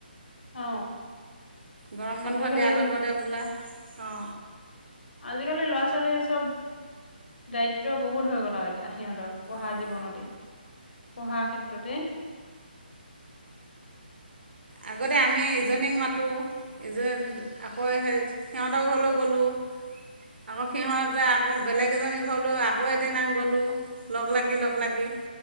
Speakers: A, on the left; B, on the right.
A: অ।
B: গৰম বন্ধ
A: আজিকালি
B: দিয়াৰ লগতে বোলে অ।
A: আজি-কালি ল'ৰা ছোৱালী চব দায়িত্ব বহুত হৈ গ'ল আৰু এতিয়া। সিহঁতৰ পঢ়া
B: অঁ
A: জীৱনতে, পঢ়াৰ ক্ষেত্ৰতে।
B: আগতে আমি ইজনীক মাতো এই যে আকৌ সেই সিহঁতৰ ঘৰলৈ গ'লোঁ। আকৌ সিহঁতে আ আকৌ বেলেগ এজনী ঘৰলৈ আকৌ এদিনা গ'লোঁ লগ লাগ লগ লাগি, লগ লাগি